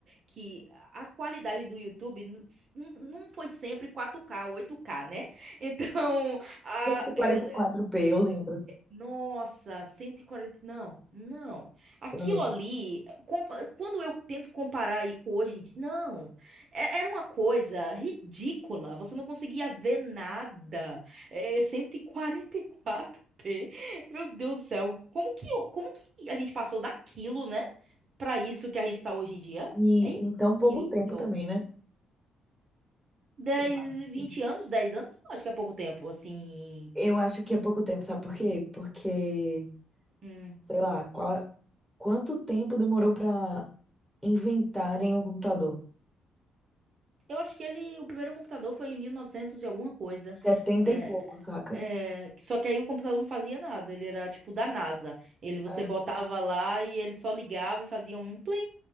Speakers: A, on the right; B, in the centre.
A: que a qualidade do YouTube n- n- não foi sempre 4K, 8K, né? <laughs> Então, a,
B: 144p,
A: eu, eu-
B: eu lembro
A: nossa, 140, não, não. Aquilo
B: eu lembro.
A: ali, com- quando eu tento comparar aí com hoje em dia, não, É- era uma coisa ridícula, você não conseguia ver nada. É 144p. Meu Deus do céu, como que, eu- como que a gente passou daquilo, né, Pra isso que a gente tá hoje em dia?
B: E
A: É incrível.
B: em tão pouco tempo também, né?
A: dez,
B: Eu acho, assim.
A: 20 anos, 10 anos, não acho que é pouco tempo, assim.
B: Eu acho que é pouco tempo, sabe por quê? Porque,
A: Hum.
B: sei lá, qual, quanto tempo demorou pra inventarem um computador?
A: Eu acho que ele, o primeiro computador foi em 1900 e novecentos e alguma coisa.
B: Setenta
A: É,
B: e pouco, saca?
A: é, só que aí o computador não fazia nada, ele era tipo da NASA. Ele você
B: Ah.
A: botava lá e ele só ligava e fazia um plim.